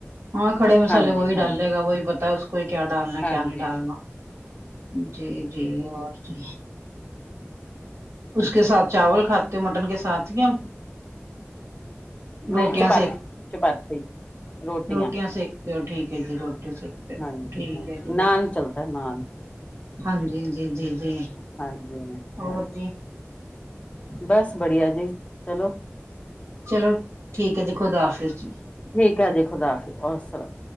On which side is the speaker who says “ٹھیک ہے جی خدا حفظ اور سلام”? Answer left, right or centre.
Left